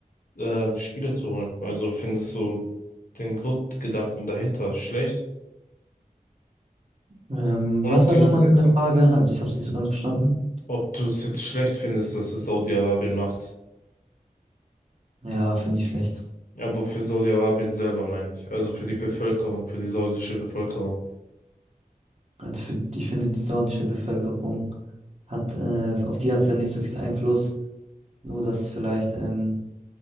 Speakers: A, on the left; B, on the right.
A: ähm, Spieler zu holen. Also findest du den Grundgedanken dahinter schlecht
B: Ähm,
A: und
B: was
A: auch die
B: war jetzt
A: Umsetzung.
B: nochmal deine Frage? Also ich habe es nicht so ganz verstanden.
A: Ob du es jetzt schlecht findest, dass es Saudi-Arabien macht.
B: Ja, finde ich schlecht.
A: Aber für Saudi-Arabien selber meine ich. Also für die Bevölkerung, für die saudische Bevölkerung.
B: Also für, ich finde, die saudische Bevölkerung hat, äh, auf die hat es ja nicht so viel Einfluss. Nur, dass vielleicht ähm,